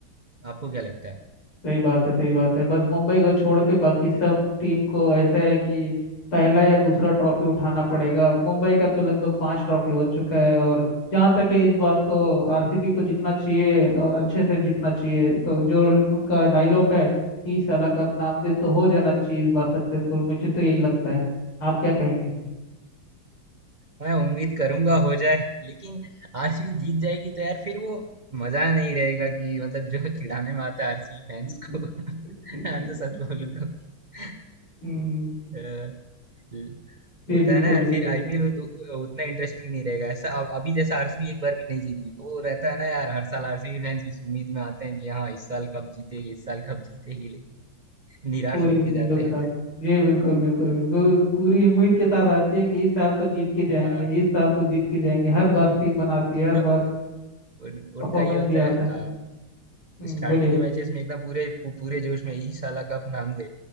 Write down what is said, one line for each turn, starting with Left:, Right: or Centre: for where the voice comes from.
Right: आपको क्या लगता है
Left: सही बात है सही बात है बस मुंबई को छोड़ के बाकी सब टीम को ऐसा है कि पहला या दूसरा ट्रॉफी उठाना पड़ेगा मुंबई का तो लगभग पांच ट्रॉफी हो चुका है और जहाँ तक है इस बात तो आरसीबी को जीतना चाहिए और अच्छे से जीतना चाहिए तो जो उनका डायलॉग है इस साल का अब नाम दे तो हो जाना चाहिए इस बार सक्सेसफुल मुझे तो यही लगता है आप क्या कहेंगे
Right: मैं उम्मीद करूंगा हो जाए लेकिन आरसीबी जीत जाएगी तो यार फिर वो मजा नहीं रहेगा कि मतलब जो चिढ़ाने में आता है आरसीबी
Left: <laughs>
Right: फैंस को <laughs> मैं तो सच बोलूं तो <laughs>
Left: हम्म,
Right: अ, हम्म,
Left: जी
Right: होता
Left: बिल्कुल
Right: है ना यार
Left: बिल्कुल
Right: फिर आईपीएल उतना इंटरेस्टिंग नहीं रहेगा ऐसा अब अभी जैसा आरसीबी एक बार भी नहीं जीती तो वो रहता है ना यार हर साल आरसीबी फैंस इस उम्मीद में आते हैं कि हाँ इस साल कब जीतेगी इस साल कब जीतेगी लेकिन निराश
Left: पूरी
Right: होके
Left: उम्मीदों
Right: जाते
Left: के साथ
Right: हैं
Left: जी बिल्कुल बिल्कुल पू- पूरी उम्मीद के साथ आती है कि इस साल तो जीत के जाएंगे
Right: अ,
Left: इस साल तो जीत के जाएंगे हर बार टीम बनाती है हर
Right: तब
Left: बार
Right: उन,
Left: परफॉर्मेंस
Right: उनका ये होता
Left: भी आता
Right: है
Left: है हम्म
Right: स्टार्टिंग
Left: बोलिए बोलिए
Right: के मैचेस में एकदम पूरे पू- पूरे जोश में इस साल कप नाम दे